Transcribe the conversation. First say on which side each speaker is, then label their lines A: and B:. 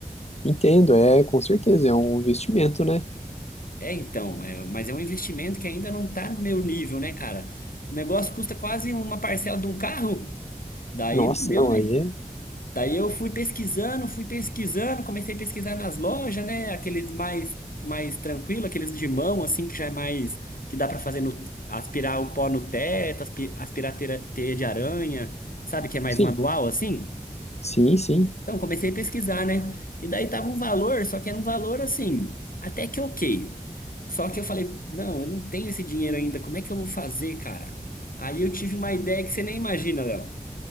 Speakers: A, on the left (about 50°); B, on the left (about 75°).
A: entendo, é, com certeza, é um investimento, né?
B: É, então, é- mas é um investimento que ainda não tá no meu nível, né, cara? O negócio custa quase uma parcela de um carro. Daí
A: Nossa,
B: não deu,
A: não,
B: né?
A: aí é...
B: Daí eu fui pesquisando, fui pesquisando, comecei a pesquisar nas lojas, né? Aqueles mais mais tranquilo, aqueles de mão assim que já é mais que dá pra fazer no aspirar o pó no teto, aspi- aspirar teira- teia de aranha, sabe que é mais
A: Sim,
B: manual assim?
A: sim, sim.
B: Então comecei a pesquisar, né? E daí tava um valor, só que era um valor assim, até que ok. Só que eu falei, não, eu não tenho esse dinheiro ainda, como é que eu vou fazer, cara? Aí eu tive uma ideia que você nem imagina, Léo.